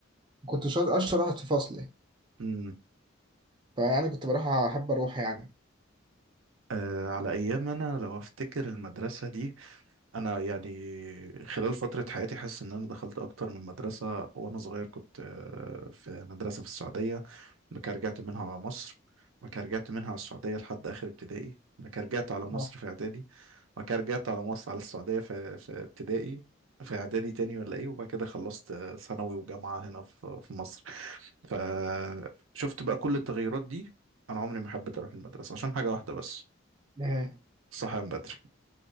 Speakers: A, on the right; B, on the right.
A: كنت شاطر أشطر واحد في فصلي
B: امم
A: فيعني كنت بروح أحب أروح يعني
B: آه على ايام انا لو افتكر المدرسة دي انا يعني خلال فتره حياتي حاسس ان انا دخلت اكتر من مدرسه وانا صغير كنت آه، في مدرسه في السعوديه بعد كده رجعت منها على مصر بعد كده رجعت منها على السعوديه لحد اخر ابتدائي بعد كده رجعت على مصر
A: آه.
B: في اعدادي بعد كده رجعت على مصر على السعوديه في في ابتدائي في اعدادي تاني ولا ايه وبعد كده خلصت آه، ثانوي وجامعه هنا في في مصر فشفت بقى كل التغيرات دي انا عمري ما حبيت اروح المدرسه عشان حاجه واحده بس
A: إيه.
B: صحيان بدري